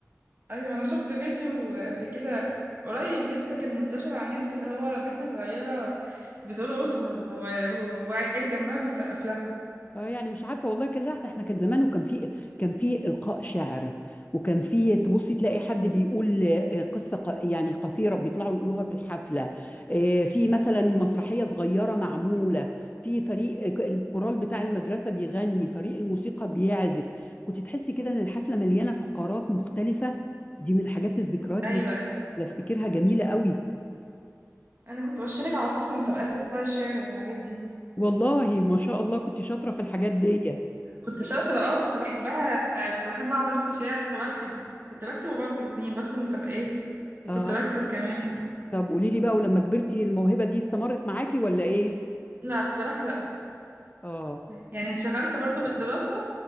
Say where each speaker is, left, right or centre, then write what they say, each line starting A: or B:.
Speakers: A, on the right (about 40°); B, on the left (about 30°).
A: ايوه انا شفت فيديو قبل كده قريب لسه كان منتشر على النت اللي هو بنت صغيره بترقص و- و- و- وعيل جنبها بيسقف لها
B: اه يعني مش عارفه والله كان لا احنا احنا كان زمان وكان في كان في القاء شعر وكان في تبصي تلاقي حد بيقول آه، قصه ق- يعني قصيره بيطلعوا يقولوها في الحفله آه، في مثلا مسرحيه صغيره معموله في فريق آه، ك- الكورال بتاع المدرسه بيغني فريق الموسيقى بيعزف كنت تحسي كده ان الحفله مليانه فقرات مختلفه دي من الحاجات الذكريات
A: ايوه
B: اللي
A: ايوه
B: افتكرها جميله قوي
A: انا كنت بشارك على طول في مسابقات القاء الشعر والحاجات دي
B: والله ما شاء الله كنت شاطره في الحاجات دي
A: كنت شاطره اه كنت بحبها كنت بحب اقعد القي شعر واكتب كنت بكتب وبلقي الاتنين بدخل مسابقات وكنت
B: اه
A: بكسب كمان
B: طب قولي لي بقى ولما كبرتي الموهبة دي استمرت معاكي ولا ايه؟
A: لا الصراحه لا
B: اه
A: يعني انشغلت برضو بالدراسه